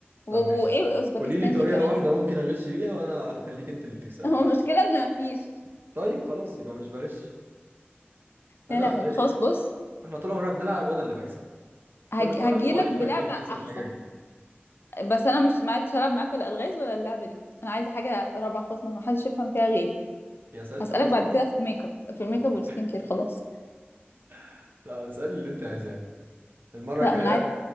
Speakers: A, on the left (about 65°); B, on the right (about 60°).
A: و...
B: طب ماشي
A: وإيه أوزبكستان
B: قولي لي طريقة
A: دي كمان
B: واحدة
A: احنا
B: ممكن اغش بيها وانا هخليك انت اللي تكسبي
A: <laughs> هو المشكلة إن مفيش
B: طيب خلاص يبقى مش بغش انا
A: يا لهوي
B: قلت لك
A: خلاص بص
B: احنا طول عمرنا بنلعب وانا اللي بكسب
A: هج...
B: كل مرة
A: هجيلك
B: بتقعدي
A: بلعبة
B: تحججي نفس
A: أحسن
B: الحاجة جديد
A: بس انا مش معايا العب معاك ولا الغاز ولا اللعبه دي انا عايزه حاجه رابعه خالص ما حدش يفهم فيها غيري
B: يا ست
A: هسالك
B: بصي
A: بعد كده في الميك اب في الميك
B: آه.
A: اب والسكين كير خلاص
B: <laughs> لا اسألي اللي انت عايزاه المرة
A: لا
B: الجاية
A: ما انا عايزه